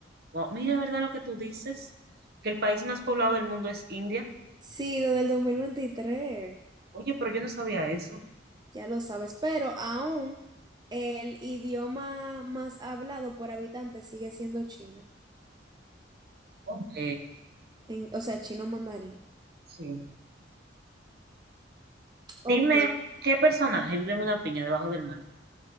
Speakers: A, on the right; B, on the right.
A: Wow, mira, de verdad lo que tú dices, que el país más poblado del mundo es India.
B: Sí, desde el 2023
A: Oye, pero yo no sabía eso.
B: ya lo sabes, pero aún el idioma más hablado por habitante sigue siendo chino,
A: Ok,
B: en- o sea, chino mandarín.
A: sí. Dime,
B: Ok.
A: ¿qué personaje vive en una piña debajo del mar?